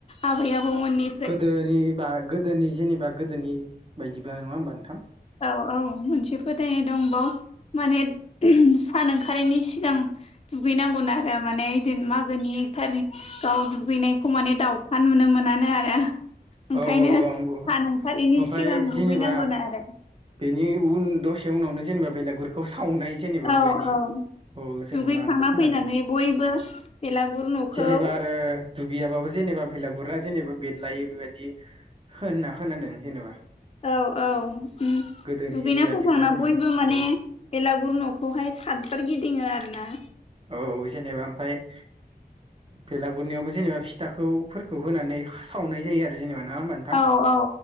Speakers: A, on the left (about 40°); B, on the right (about 35°).
A: आबै आबौनि
B: गोदोनि बा गोदोनि जेनेबा गोदोनि बायदिब्ला नङा होमबा नोंथां?
A: औ औ मोनसे फोथायनाय दंबाव माने सान ओंखारनायनि सिगां दुगैनांगौ आरो माने बिदिनो मागोनि एकथार गाव दुगैनायखौ माने दाउखा नुनो मोनानो आरो। ओंखायनो
B: औ औ औ आंबो
A: हा नोंसोरनि
B: ओमफ्राय
A: सिगां
B: जेनेबा
A: दुगैनांगौ आरो।
B: बेनि उन दसे उनावनो जेनेबा बेलागुरखौ सावनाय जेनेबा
A: औ
B: बेबायदि
A: औ
B: औ जोो
A: दुगैखांना
B: आंबो खोनादों
A: फैनानै बयबो बेलागुर न'खौ
B: जेनेबा आरो दुगैयाबाबो जेनेबा बेलाग गुरा जेनेबा बेरलायो बेबायदि होनना खोनादों जेनेबा
A: औ औ दुगैनो
B: गोदोनि बादिब्ला
A: फैखांना
B: जेनेबा
A: बयबो माने
B: औ
A: बेलागुर न'खौहाय सतबार गिदिङो आरो ना।
B: औ जेनेबा ओमफफ्राय बेलागुरनायावबो जेनेबा फिथाखौफोरखौ होनानै सावनाय जायो आरो जेनेबा नङा होनबा नो
A: औ औ